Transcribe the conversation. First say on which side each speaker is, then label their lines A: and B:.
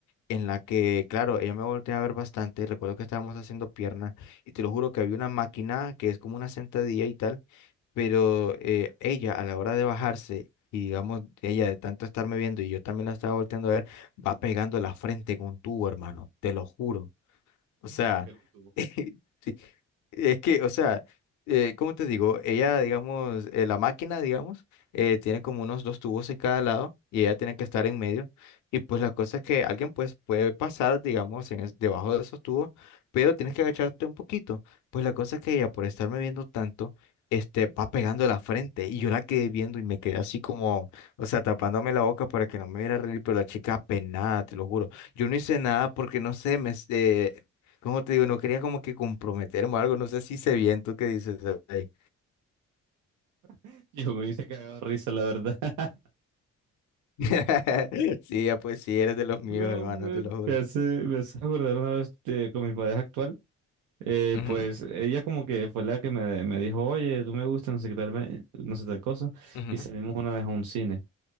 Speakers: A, on the left (about 70°); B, on the right (about 85°).
A: en la que, claro, ella me volteó a ver bastante, y recuerdo que estábamos haciendo piernas, y te lo juro que había una máquina que es como una sentadilla y tal, pero eh, ella a la hora de bajarse, Y digamos, ella de tanto estarme viendo y yo también la estaba volteando a ver, va pegando la frente con un tubo, hermano, te lo juro. O
B: sí.
A: sea,
B: <laughs> Porque era un tubo.
A: <laughs> Es que, o sea, eh, ¿cómo te digo? Ella, digamos, eh, la máquina, digamos, eh, tiene como unos dos tubos en cada lado y ella tiene que estar en medio. Y pues la cosa es que alguien pues puede pasar, digamos, en es- debajo de esos tubos, pero tienes que agacharte un poquito. Pues la cosa es que ella, por estarme viendo tanto, este, va pegando la frente y yo la quedé viendo y me quedé así como, o sea, tapándome la boca para que no me viera reír, pero la chica apenada, te lo juro. Yo no hice nada porque no sé, me, eh, como te digo, no quería como que comprometerme o algo, no sé si sé bien tú qué dices ahí.
B: <laughs> Yo me hice cagado de risa, la verdad. <laughs>
A: <laughs> Sí, ya pues sí, eres de los míos,
B: No,
A: hermano,
B: man,
A: te lo juro.
B: me hace, me hace acordar una vez eh, con mi pareja actual. Eh,
A: Ujú,
B: pues ella como que fue la que me, me dijo, oye, tú me gustas, no sé qué tal, ve- no sé tal cosa,
A: ujú,
B: y salimos una vez a un cine.